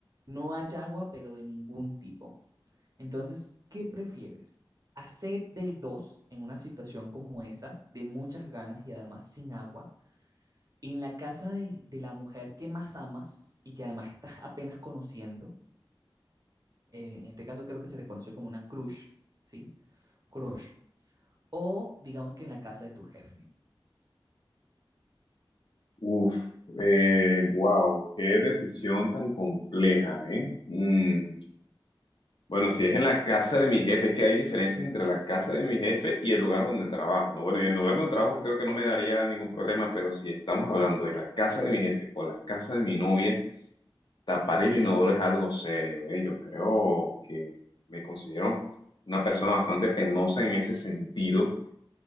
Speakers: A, on the right (about 40°); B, on the left (about 60°).
A: No hay agua, pero de ningún tipo. Entonces, ¿qué prefieres? ¿Hacer del 2 en una situación como esa, de muchas ganas y además sin agua, en la casa de, de la mujer que más amas y que además estás apenas conociendo? eh, en este caso creo que se le conoció como una crush, ¿sí? crush o digamos que en la casa de tu jefe.
B: Uf, eh, wow, qué decisión tan compleja, ¿eh? Mm. Bueno, si es en la casa de mi jefe, es que hay diferencias entre la casa de mi jefe y el lugar donde trabajo, ¿no? Bueno, y en el lugar donde trabajo creo que no me daría ningún problema, pero si estamos hablando de la casa de mi jefe o la casa de mi novia, tapar el inodoro es algo serio, ¿eh? Yo creo que me considero una persona bastante penosa en ese sentido.